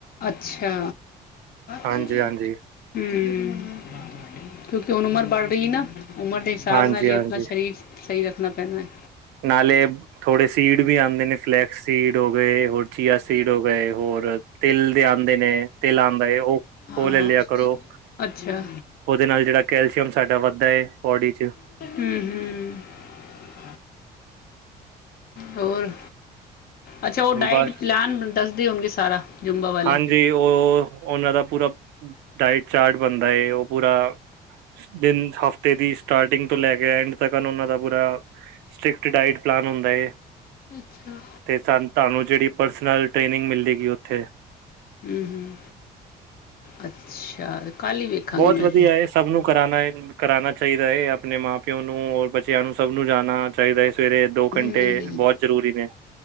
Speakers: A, on the left (about 60°); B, on the right (about 85°).
A: ਅੱਛਾ
B: ਹਾਂਜੀ
A: ਹੂੰ
B: ਹਾਂਜੀ
A: ਕਿਉਂਕਿ ਹੁਣ ਉਮਰ ਬੜ ਰਹੀ ਨਾ। ਉਮਰ ਦੇ ਹਿਸਾਬ
B: ਹਾਂਜੀ
A: ਨਾਲ ਹੀ
B: ਹਾਂਜੀ
A: ਆਪਣਾ ਸਰੀਰ ਸਹੀ ਰੱਖਣਾ ਪੈਣਾ ਹੈ।
B: ਨਾਲੇ ਥੋੜੇ ਸੀਡ ਵੀ ਆਉਂਦੇ ਨੇ ਫਲੈਕਸ ਸੀਡ ਗਏ। ਹੋਰ ਚੀਆ ਸੀਡ ਹੋ ਗਏ ਹੋਰ ਤਿਲ ਦੇ ਆਉਂਦੇ ਨੇ। ਤਿਲ ਆਉਂਦਾ ਉਹ
A: ਹਾਂ
B: ਉਹ ਲੈ ਲਿਆ ਕਰੋ।
A: ਅੱਛਾ
B: ਉਹਦੇ ਨਾਲ ਜਿਹੜਾ ਕੈਲਸ਼ੀਅਮ ਸਾਡਾ ਵੱਧਦਾ ਹੈ ਬੋਡੀ ਚ
A: ਹੁਂ-ਹੁਂ। ਹੋਰ ਅੱਛਾ ਉਹ ਡਾਇਟ
B: ਬਸ
A: ਪਲੈਨ ਦੱਸਦੀ ਹੋਣਗੇ ਸਾਰਾ? ਜੁੰਬਾ ਵਾਲੇ।
B: ਹਾਂਜੀ ਉਹ ਉਹਨਾਂ ਦਾ ਪੂਰਾ ਡਾਇਟ ਚਾਰਟ ਬਣਦਾ ਏ ਉਹ ਪੂਰਾ ਦਿਨ ਹਫ਼ਤੇ ਦੀ ਸਟਾਰਟਿੰਗ ਤੋਂ ਲੈ ਕੇ ਐਂਡ ਤ ਦਾ ਪੂਰਾ ਸਟ੍ਰਿਕਟ ਡਾਇਟ ਪਲਾਨ ਹੁੰਦਾੋ ਏ।
A: ਅੱਛਾ।
B: ਤੇ ਤੁਹਾਨੂੰ ਜਿਹੜੀ ਪਰਸਨਲ ਟ੍ਰੇਨਿੰਗ ਮਿਲਦੀ ਗ ਉੱਥੇ
A: ਹੂੰ ਹੂੰ ਅੱਛਾ। ਕੱਲ ਹੀ ਵੇਖਾਂਗੀ
B: ਬਹੁਤ
A: ਮੈਂ
B: ਵਧੀਆ
A: ਤੇ
B: ਸਭ ਨੂੰ ਕਰਾਉਣਾ। ਕਰਾਉਣਾ ਚਾਹੀਦਾ ਹੈ। ਆਪਣੇ ਮਾਂ ਪਿਓ ਨੂੰ ਔਰ ਬੱਚਿਆਂ ਨੂੰ ਸਭ ਨੂੰ ਜਾਣਾ ਚਾਹੀਦਾ ਹੈ। ਸਵੇਰੇ ਦੋ
A: ਹੂੰ।
B: ਘੰਟੇ ਬਹੁਤ ਜ਼ਰੂਰੀ ਨੇ